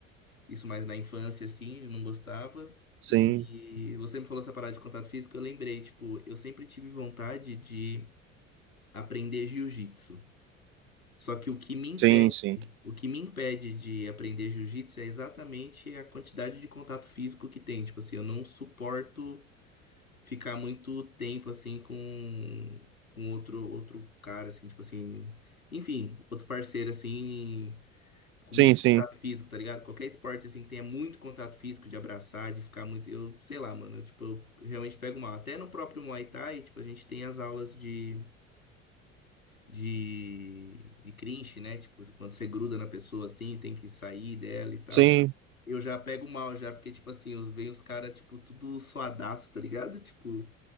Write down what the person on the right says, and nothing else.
Sim,
sim, sim.
Sim,
sim.
Sim,